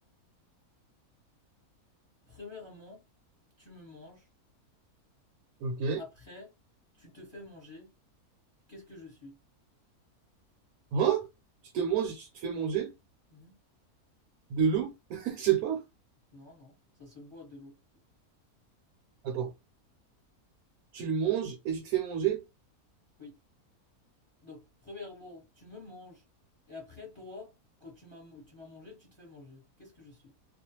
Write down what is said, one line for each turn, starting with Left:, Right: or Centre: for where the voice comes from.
Left: Premièrement, tu me manges.
Right: Ok.
Left: Après, tu te fais manger. Qu'est-ce que je suis?
Right: Hein? Tu te manges et tu te fais manger?
Left: Mhm.
Right: De loup? <laughs> Je sais pas.
Left: Non, non, ça se boit de l'eau.
Right: Attends. Tu le manges et tu te fais manger?
Left: Oui. Donc, premièrement, tu me manges. Et après, toi, quand tu m'as tu m'as mangé, tu te fais manger. Qu'est-ce que je suis?